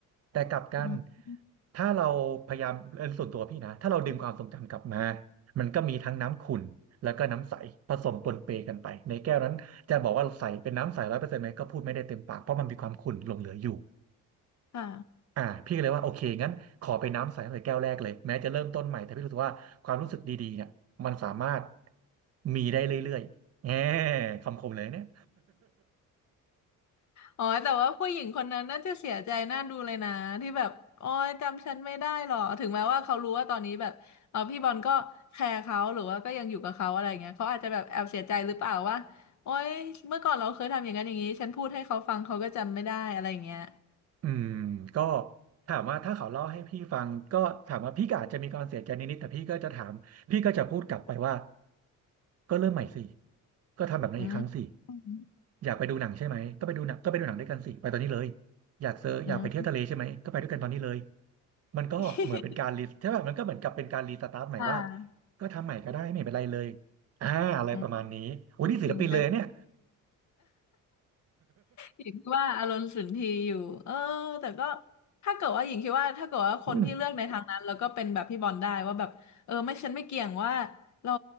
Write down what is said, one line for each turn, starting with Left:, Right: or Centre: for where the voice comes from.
Right: แต่กลับกัน
Left: อืม
Right: ถ้าเราพยายามเออส่วนตัวพี่นะถ้าเราดึงความทรงจำกลับมามันก็มีทั้งน้ำขุ่นแล้วก็น้ำใสผสมปนเปกันไปในแก้วนั้นจะบอกว่าใสเป็นน้ำใสร้อยเปอร์เซ็นต์ไหมก็พูดไม่ได้เต็มปากเพราะมันมีความขุ่นหลงเหลืออยู่
Left: ค่ะ
Right: อ่าพี่ก็เลยว่าโอเคงั้นขอไปน้ำใสตั้งแต่แก้วแรกเลยแม้จะเริ่มต้นใหม่แต่พี่รู้สึกว่าความรู้สึกดีๆเนี่ยมันสามารถมีได้เรื่อยๆแหมคำคมเลยเนี่ย
Left: อ๋อแต่ว่าผู้หญิงคนนั้นน่าจะเสียใจน่าดูเลยนะที่แบบอ๋อจำฉันไม่ได้หรอถึงแม้ว่าเขารู้ว่าตอนนี้แบบเออพี่บอลก็แคร์เขาหรือว่าก็ยังอยู่กับเขาอะไรเงี้ยเขาอาจจะแบบแอบเสียใจหรือเปล่าว่าโอ๊ยเมื่อก่อนเราเคยทำอย่างนั้นอย่างนี้ฉันพูดให้เขาฟังเขาก็จำไม่ได้อะไรเงี้ย
Right: อืมก็ถามว่าถ้าเขาเล่าให้พี่ฟังก็ถามว่าพี่ก็อาจจะมีความเสียใจนิดๆแต่พี่ก็จะถามพี่ก็จะพูดกลับไปว่าก็เริ่มใหม่สิก็ทำแบบนั้นอีกครั้งสิ
Left: อืมอืม
Right: อยากไปดูหนังใช่ไหมก็ไปดูหนังก็ไปดูหนังด้วยกันสิไปตอนนี้เลยอยากเซอร์อยากไปเที่ยวทะเลใช่ไหมก็ไปด้วยกันตอนนี้เลย
Left: อืม
Right: มันก็เหมือนเป็นการรีใช่ป่ะมันก็เหมือนกับเป็นการรีสตาร์ทใหม่ว่า
Left: <laughs> ค่ะ
Right: ก็ทำใหม่ก็ได้ไม่เป็นไรเลยอ่าอะไรประมาณนี้โอ้นี่ศิลปินเลยเนี่ย
Left: อืมก็จริงก็ หญิงว่าอารมณ์สุนทรีย์อยู่เออแต่ก็ถ้าเกิดว่าหญิงคิดว่าถ้าเกิดว่าคนที่เลือกในทางนั้นแล้วก็เป็นแบบพี่บอลได้ว่าแบบเออไม่ฉันไม่เกี่ยงว่า
Right: <laughs>
Left: เรา